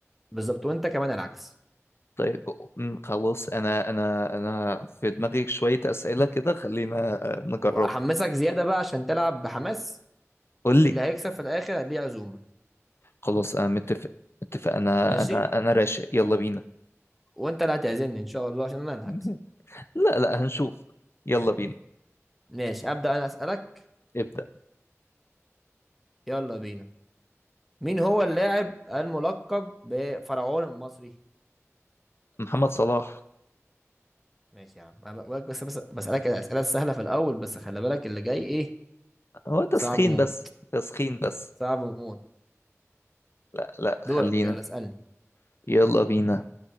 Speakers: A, in the centre; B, on the left.
A: بالظبط وانت كمان العكس
B: طيب أم، خلاص انا انا انا في دماغي شويه اسئله كده خلينا آه، نجربها
A: واحمسك زياده بقى عشان تلعب بحماس
B: قول
A: اللي
B: لي
A: هيكسب في الاخر ليه عزومه
B: خلاص انا متفق متفق انا
A: ماشي
B: انا انا راشق يلا بينا
A: وانت اللي هتعزمني ان شاء الله عشان انا اللي
B: <laughs>
A: هكسب
B: لا لا هنشوف يلا بينا
A: ماشي ابدا انا اسالك
B: ابدأ
A: يلا بينا مين هو اللاعب الملقب بفرعون المصري
B: محمد صلاح
A: ماشي يا عم أنا بقولك بس بس بسالك الاسئله السهله في الاول بس خلي بالك اللي جاي ايه
B: هو تسخين
A: صعب موت
B: بس تسخين بس
A: صعب موت
B: لا لا خلينا
A: دورك يلا اسالني
B: يلا بينا